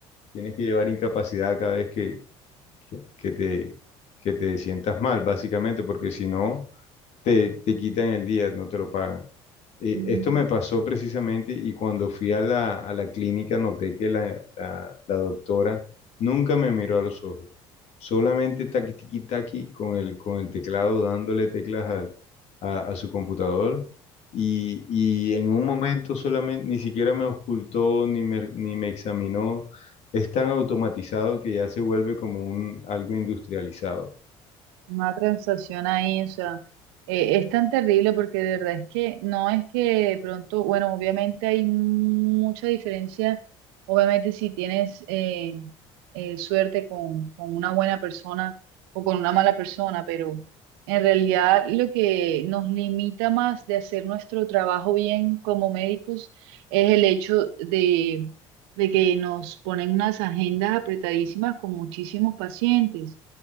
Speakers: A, on the left; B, on the right.
A: tienes que llevar incapacidad cada vez que, que, que te, que te sientas mal, básicamente, porque si no, te, te quitan el día, no te lo pagan. Eh,
B: Mm,
A: esto me pasó precisamente y cuando fui a la, a la clínica noté que la, la- la doctora nunca me miró a los ojos, solamente taqui tiqui taqui con el, con el teclado dándole teclas al- a, a su computador y, y en un momento solamente ni siquiera me ocultó ni me, ni me examinó. Es tan automatizado que ya se vuelve como un, algo industrializado.
B: Una transacción ahí, o sea, eh, es tan terrible porque de verdad es que no es que de pronto, bueno, obviamente hay mucha diferencia, obviamente si tienes eh, eh, suerte con, con una buena persona o con una mala persona, pero en realidad lo que nos limita más de hacer nuestro trabajo bien como médicos es el hecho de, de que nos ponen unas agendas apretadísimas con muchísimos pacientes.